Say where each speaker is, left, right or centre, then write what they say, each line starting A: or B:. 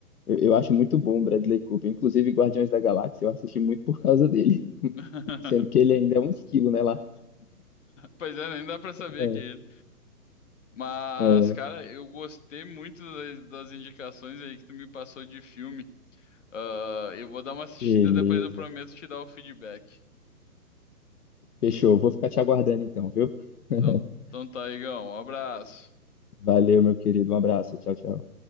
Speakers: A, on the left; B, on the left.
A: Eu, eu acho muito bom o Bradley Cooper. Inclusive, Guardiões da Galáxia, eu assisti muito por causa dele. <laughs>
B: <laughs>
A: Sendo que ele ainda é um esquilo, né? lá
B: Pois é, nem dá pra saber
A: É,
B: que é ele. Mas,
A: é,
B: cara, eu gostei muito das, das indicações aí que tu me passou de filme. Ah, eu vou dar uma assistida,
A: beleza.
B: depois eu prometo te dar o feedback.
A: Fechou. Vou ficar te aguardando então, viu? <laughs>
B: Então, então tá, Igão. Um abraço.
A: Valeu, meu querido. Um abraço. Tchau, tchau.